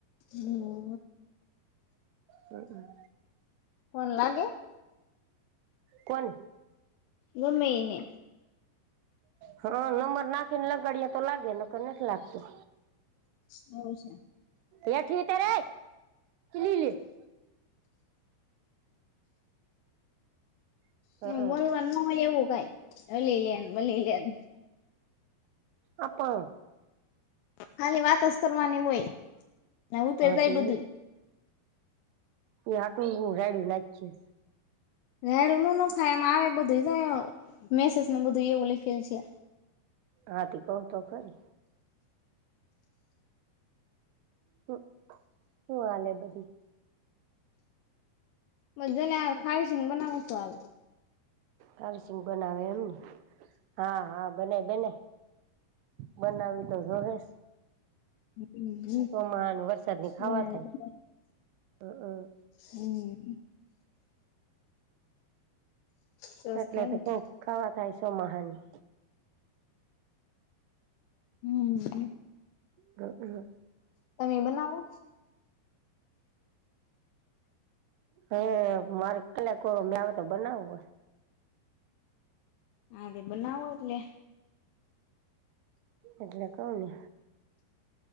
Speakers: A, on the left (about 85°); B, on the right (about 80°).
A: હમ્મ.
B: હમ, હમ.
A: કોણ લાગે?
B: કોન?
A: ગમેને.
B: હા, નંબર નાખી ને, લગાડીએ તો લાગે ન નથી લાગતું.
A: હવે છે.
B: બેઠતે ર લી લ <unintelligible> લે
A: હ, બોલવા નય એવું કઈ અલીલન બલલન.
B: આપ પણણ <unintelligible>
A: ખાલી વાત કરવાની હોય, નવું પેરતા
B: હા તે
A: એ બધું.
B: એ હાટ હું રાડું નાખીસ.
A: રાડો ન નખાય એમાં આવે, બધું મેસેજમાં બધું એવું લખેલ છે.
B: હાથી કહ તો, કરીરી. હ, હું વા લ બધી.
A: મ જ ખાાવ શીંગ બનાવ છું, આ
B: હરસિંગ બનાવે, એમ ને હા, હા. બને, બને, બનાવી તો જો હસ.
A: હમ, હમ,
B: ચોમાહાની વરસાદની ખાવા
A: બનાવે
B: થાય
A: તો.
B: હમ
A: હમ. સરસ
B: એટલે
A: થાય
B: તો
A: ને
B: કોક ખાવા થાય, સો મહહાની
A: હમ.
B: હમ, હમ.
A: તમે બનાવો.
B: હ, મારે કલાક મે આવે તો, બનાવું હો.
A: હા તો બનાવો, એટલે
B: એટલે કૌ ને.